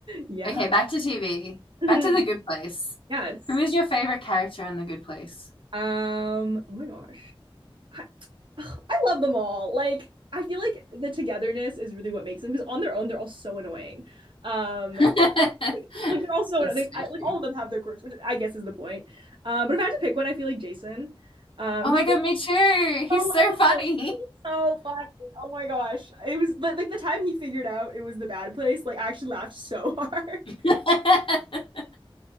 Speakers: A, on the right; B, on the left.
A: Yeah.
B: Okay, back to TV.
A: Mhm.
B: Back to The Good Place.
A: Yes.
B: Who is your favorite character in The Good Place?
A: Um, oh my gosh. I, ugh, I love them all. Like, I feel like the togetherness is really what makes them because on their own they're all so annoying. Um,
B: <laughs> That's
A: like they're all so
B: so
A: they I, like
B: true.
A: all of them have their quirks, which I guess is the point. Um, but if I had to pick one, I feel like Jason. Um,
B: Oh
A: he's
B: my god, me too. He's
A: so lovable.
B: so funny.
A: It's so funny. Oh my gosh. It was like, like the time he figured out it was the bad place, like I actually laughed so hard. <laughs>
B: <laughs>